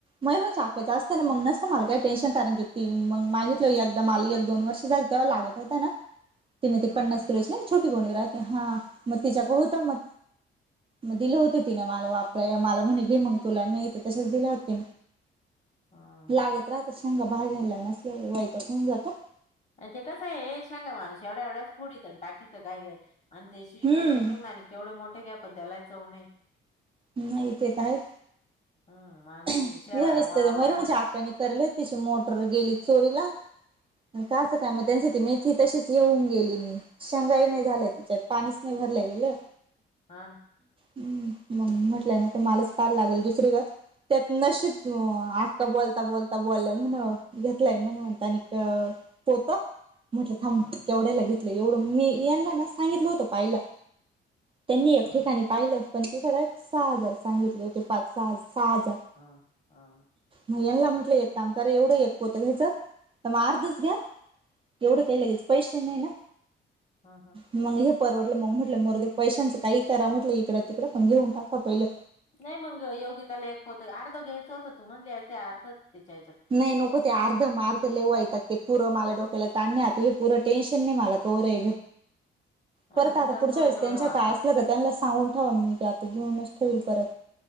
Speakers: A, on the right (about 25°); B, on the left (about 35°).
A: म त्याचा असतं ना मग नसत मला काही टेन्शन कारण की तती मग मागितली हो एकदा माल एक दोन वर्ष झाली तेव्हा लागत होत ना तिने ती
B: हम्म
A: पन्नास किलोची छोटी गोणी राहते हा मग तिच्याक होता मग मग दिलं होती तिने मला वाप मला म्हणे तुला की मग तुलांनी इथ तसेच दिल्या होती
B: हा
A: लागत राहत बाहेर जायला नसल्यावर वैतागून जातो
B: आणि ते कसं आहे शेंगा माणूस एवढ्या एवढ्या फोडीत न टाकीत घाई घाई आणि ते विकतचे
A: हम्म
B: शेंगदाने आणि केवढे मोठे घ्या पण त्याला चव नाहीय
A: नाही ते तर आहेच
B: हम्म आणि
A: ह्यावेळेस
B: शा वावरातल्या
A: त्याच मेहरुणीची आत्या
B: श-
A: ने करले त्याची मोटर गेली चोरीला का असं काय मग त्यांची ती मेथी तशीच येऊन गेली शेंगाई नाही झाल्या त्याच्यात पाणीच नाही भरलाय झालं
B: हह
A: हम् मग म्हटलंय नको मलाच पार लागेल दुसरीकड त्यात नशीब आक्का बोलता बोलता बोलल्या म्हण घेतलाय म्हण म्हणत्या आणिक पोत म्हटलं थांब
B: हा
A: केवढ्यायला घेतलं एवढं मी यांना ना सांगितलं होत पायला त्यांनी एक
B: हा
A: ठिकाणी पाहिलं पण ते सडा एक सहा हजार सांगितले ते पाच सहा सहा हजार
B: हा हा
A: मग यांना म्हटलं एक काम एवढं एक पोत घ्याच तर मग अर्धच घ्या एवढं काही लगेच पैसे नाही ना
B: हम हम
A: मग हे परवडलं मग म्हटलं मरोदे ते पैशच काही करा म्हटलं इकडं तिकडं पण घेऊन टाका पहिलं
B: नाही मग योगिताला एक पोत अर्ध घ्यायचं होत तू म्हणले ते अर्ध त्याच्या
A: नाही नको ते अर्ध मारध ले वैतागते ते पुरं मला डोक्याला त आण आता हे परं टेन्शन नाही मला रे
B: हा
A: परत
B: मग
A: आता
B: काय
A: पुढच्या
B: थोडं
A: वेळेस
B: थोडं
A: त्यांच्या
B: वापर
A: काय असलं का त्यांना सांगून ठेवा मी की आता घेऊनच ठेवल परत